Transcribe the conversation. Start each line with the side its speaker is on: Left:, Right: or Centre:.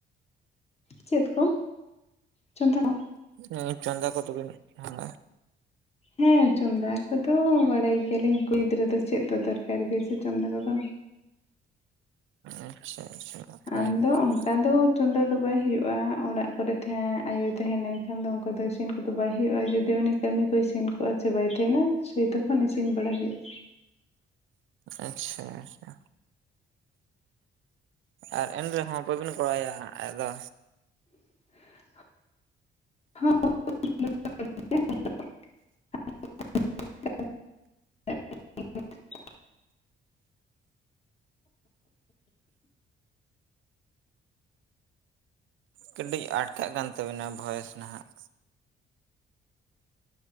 Left: ᱪᱮᱫ ᱠᱚ ᱪᱚᱸᱫᱟ ᱠᱚ
Right: ᱦᱮᱸ ᱪᱚᱸᱫᱟ ᱠᱚᱫᱚ ᱵᱤᱱ ᱦᱮᱸ
Left: ᱦᱮᱸ ᱪᱚᱸᱫᱟ ᱠᱚᱫᱚ ᱵᱟᱲᱟᱭ ᱜᱮᱭᱟᱞᱤᱧ ᱠᱩᱲᱤ ᱜᱤᱫᱽᱨᱟᱹ ᱫᱚ ᱪᱮᱫ ᱫᱚ ᱫᱚᱨᱠᱟᱨ ᱜᱮᱭᱟ ᱥᱮ ᱪᱚᱸᱫᱟ ᱠᱚ ᱫᱚ
Right: ᱟᱪᱪᱷᱟ ᱟᱪᱪᱷᱟ ᱱᱟᱯᱟᱭ
Left: ᱟᱫᱚ
Right: ᱜᱮ ᱛᱚᱵᱮ
Left: ᱚᱱᱠᱟ ᱫᱚ ᱪᱚᱸᱫᱟ ᱫᱚ ᱵᱟᱭ ᱦᱩᱭᱩᱜᱼᱟ ᱚᱲᱟᱜ ᱠᱚᱨᱮ ᱛᱟᱦᱮᱸ ᱟᱭᱳ ᱛᱟᱦᱮᱸ ᱞᱮᱱ ᱠᱷᱟᱱ ᱫᱚ ᱚᱱᱠᱟ ᱫᱚ ᱤᱥᱤᱱ ᱠᱚᱫᱚ ᱵᱟᱭ ᱦᱩᱭᱩᱜᱼᱟ ᱡᱩᱫᱤ ᱛᱮ ᱩᱱᱤ ᱠᱟᱹᱢᱤ ᱠᱚᱭ ᱥᱮᱱ ᱠᱚᱜᱼᱟ ᱥᱮ ᱵᱟᱭ ᱛᱟᱦᱮᱱᱟ ᱥᱮ ᱛᱚᱠᱷᱚᱱ ᱤᱥᱤᱱ ᱵᱟᱲᱟ ᱦᱩᱭᱩᱜᱼᱟ
Right: ᱟᱪᱪᱷᱟ ᱟᱪᱪᱷᱟ ᱟᱨ ᱮᱱ ᱨᱮᱦᱚᱸ ᱵᱟᱹᱵᱤᱱ ᱜᱚᱲᱚᱣᱟᱭᱟ ᱟᱭᱳ ᱫᱚ
Left: <unintelligible> <unintelligible>
Right: ᱠᱟᱹᱴᱤᱡ ᱟᱴᱠᱟᱜ ᱠᱟᱱ ᱛᱟᱹᱵᱤᱱᱟ ᱵᱷᱚᱭᱮᱥ ᱱᱷᱟᱜ